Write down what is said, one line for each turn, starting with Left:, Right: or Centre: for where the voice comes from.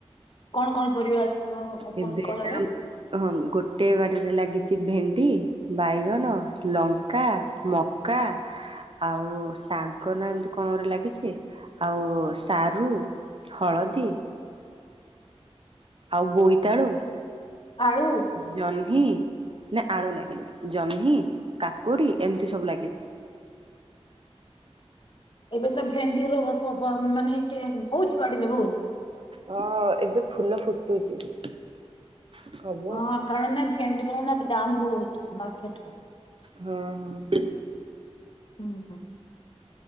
Left: କଣ କଣ ପରିବା ଅଛି ତମର
Right: ଏବେ
Left: କଳାରେ?
Right: ଜଣଙ୍କ ହଁ ଗୋଟେ ବାଡ଼ିରେ ଲାଗିଛି ଭେଣ୍ଡି ବାଇଗଣ, ଲଙ୍କା, ମକା ଆଉ ଶାଗ ନା ଏମତି କଣ ଗୁରେ ଲାଗିଛି, ଆଉ ସାରୁ ହଳଦୀ ଆଉ ବୋଇତାଳୁ
Left: ଆଳୁ
Right: ଜହ୍ନି, ନା ଆଳୁ ଲାଗେନି, ଜହ୍ନି କାକୁଡି ଏମିତି ସବୁ ଲାଗିଛି।
Left: ଏବେ ତ ଭେଣ୍ଡି ର ମାନେ ହଉଛି ବାଡିରେ ବହୁତ
Right: ହଁ ଏବେ ଫୁଲ ଫୁଟୁଛି? <unintelligible>
Left: ହଁ କାହିଁକି ନା ଭେଣ୍ଡିର ଏନା ଦାମ ବହୁତ ମାର୍କେଟରେ
Right: ହଁ ହଁ
Left: ହୁଁ ହୁଁ